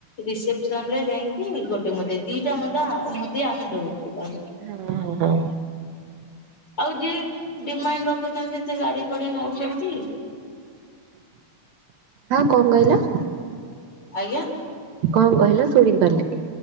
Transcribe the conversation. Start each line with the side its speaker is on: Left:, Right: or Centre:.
Left: ରିସେପସନ ରେ ଯାଇକି, ଗୋଟେ ମୁଦି ଦିଟା ମୁଦା କି ଆମେ ଦଉଛୁ ତାଙ୍କୁ।
Right: ହଁ। ହଁ
Left: ଆଉ ଯିଏ ଡିମାଣ୍ଡ ରଖୁଛନ୍ତି, ସେ ଗାଡି ଫାଡି ନଉଛନ୍ତି।
Right: ହଁ କଣ କହିଲ?
Left: ଆଜ୍ଞା।
Right: କଣ କହିଲ, ଶୁଣି ପାରିଲିନି?